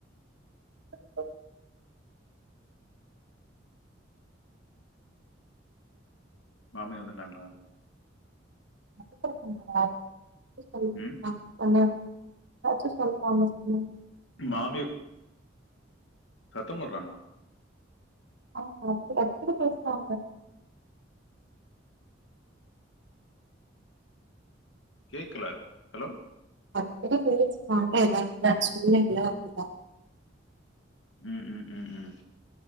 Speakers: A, on the right; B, on the left.
A: <unintelligible>
B: மாமி வந்துட்டாங்ளா
A: <inaudible> எதாச்சு
B: ம்
A: சொல்றாங்க சொன்னே
B: மாமி சத்தம் போட்றாங்ளா
A: ஆமா <unintelligible>
B: கேக்கல ஹலோ
A: <unintelligible>
B: ம் ம் ம்